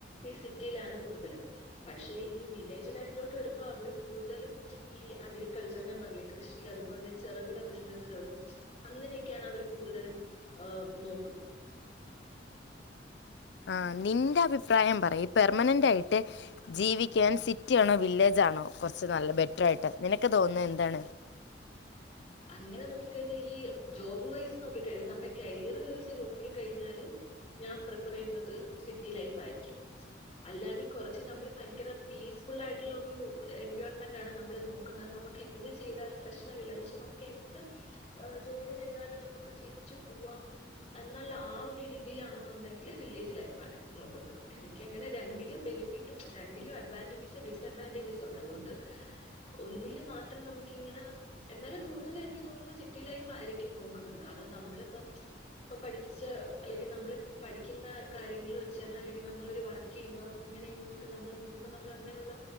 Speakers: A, on the left; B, on the left.
A: ഈ സിറ്റിയിലാണ് കൂടുതലും പക്ഷെ ഈ വില്ലേജ് ലൈഫിലോട്ട് വരുമ്പോ അവര് കൂടുതലും ഈ അഗ്രി കൾച്ചർ ഞാൻ പറഞ്ഞില്ലേ കൃഷി അതുപോലെ തന്നെ ചെറുകിട ബിസിനസ്സുകള് അങ്ങനെയൊക്കെയാണ് അവര് കൂടുതലും ആ നോക്കുന്നത്
B: ആ നിന്റെ അഭിപ്രായം പറയൂ പെർമനന്റ് ആയിട്ട് ജീവിക്കാൻ സിറ്റി ആണോ വില്ലേജ് ആണോ കുറച്ച് നല്ല ബെറ്ററായിട്ട് നിനക്ക് തോന്നുന്ന എന്താണ്
A: അങ്ങനെ നോക്കി കഴിഞ്ഞാൽ ഈ ജോബ് വൈസ് നോക്കി കഴിഞ്ഞാൽ നമ്മുടെ കരിയർ യൂസ് ചെയ്തു നോക്കി കഴിഞ്ഞാൽ ഞാൻ പ്രിഫർ ചെയ്യുന്നത് സിറ്റി ലൈഫ് ആയിരിക്കും അല്ലാണ്ട് കുറച്ച് നമ്മൾ ഭയങ്കര പീസ്ഫുൾ ആയിട്ടുള്ള ഒരു എൻവിയോൺമെൻറ് ആണ് നമ്മൾ നോക്കുന്നത് നമുക്ക് എന്ത് ചെയ്താലും പ്രശ്നമില്ല എന്ന് വെച്ച <unintelligible> എന്ത് ജോലി ചെയ്താലും നമുക്ക് ജീവിച്ചു പോവാം എന്നുള്ള ആ ഒരു രീതിയിലാണെന്നുണ്ടെങ്കില് വില്ലേജ് ലൈഫാണ് നോക്കുന്നത് എനിക്ക്ങ്ങനെ രണ്ടിലും ബെനിഫിറ്റും രണ്ടിലും അഡ്വാൻറേജസും ഡിസ്അഡ്വാൻറേജസും ഉണ്ട് അതുകൊണ്ട് ഒന്നിൽ മാത്രം നമുക്കിങ്ങനെ എന്നാലും കൂടുതലും എനിക്ക് തോന്നുന്നു സിറ്റി ലൈഫായിരിക്കും നോക്കുന്നത് കാരണം നമ്മളിപ്പം ഇപ്പം പഠിച്ച അല്ലെങ്കിൽ നമ്മള് പഠിക്കുന്ന കാര്യങ്ങൾ വെച്ച് തന്നെ അല്ലെങ്കിൽ നമ്മൾ ഒരു വർക്ക് ചെയ്യുമ്പോ അങ്ങനെ എങ്ങനെയൊക്കെ നമ്മള് നോക്കുമ്പോ നമ്മൾ അങ്ങനെയുള്ള